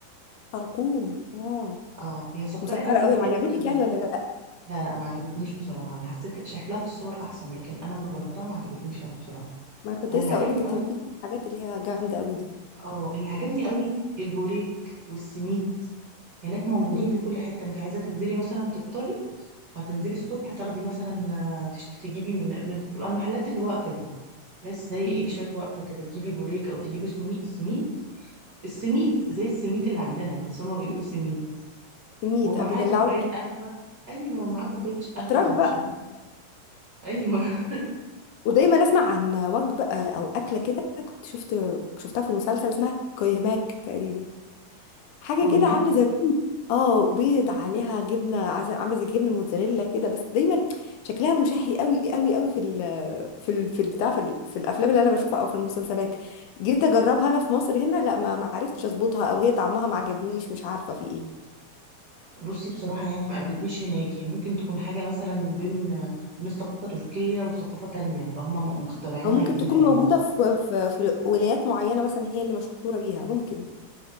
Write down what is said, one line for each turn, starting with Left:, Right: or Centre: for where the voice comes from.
Left: حلقوم اه
Right: اه هي مسكره
Left: مسكره
Right: قوي
Left: قوي
Right: قوي
Left: ما عجبتك
Right: قوي بصراحه
Left: يعني ولا لا
Right: لا لا ما عجبتنيش بصراحة أنا حسيت شكلها في الصور أحسن لكن أنا ما جربتها ما عجبتنيش أوي بصراحة
Left: ما كنت
Right: أنا
Left: لسه
Right: اللي عجبني
Left: اقول لك انت
Right: أوي
Left: مالكيش في الحاجات اللي هي جامده قوي دي
Right: أه اللي عجبني أوي البوريك والسميد هناك موجودين
Left: امم
Right: في كل حتة أنت عايزة تنزلي مثلا تفطري هتنزلي الصبح تاخدي مثلا آه، تش- تجيبي من من- تبقى المحلات اللي واقفة دي ناس زي
Left: امم
Right: إيك شاك واقفة كده تجيبي بوريك أو تجيبي سميد سميد السميد زي السميد اللي عندنا بس هما بيقولوا سميد
Left: ميت
Right: ومعاه
Left: بيدلعوني
Right: كوباية قهوة أيوة ومعاه كوباية قهوة
Left: اتراك
Right: أو
Left: بقى
Right: شاي أيوة <laughs>
Left: ودايما اسمع عن وجبه آه، او اكله كده كنت شفت شفتها في مسلسل اسمها كويماك تقريبا حاجه
Right: كويمات
Left: كده عامله زي كل اه بيض عليها جبنه عز- عامله زي الجبنه الموتزاريلا كده بس دايما شكلها مشهي قوي قوي قوي في ال في ال في بتاع في, ال- في الافلام اللي انا بشوفها او في المسلسلات جيت اجربها انا في مصر هنا لا ما ما عرفتش اظبطها او هي طعمها ما عجبنيش مش عارفه في ايه
Right: بصي بصراحة يعني ما قابلتنيش هناك يعني ممكن تكون حاجة مثلا بين بين الثقافة التركية وثقافة تانية فهم م- مخترعينها
Left: او ممكن
Right: جديدة
Left: تكون
Right: يعني
Left: موجوده
Right: بس
Left: في في, في ولايات معينه مثلا هي اللي مشهوره بيها ممكن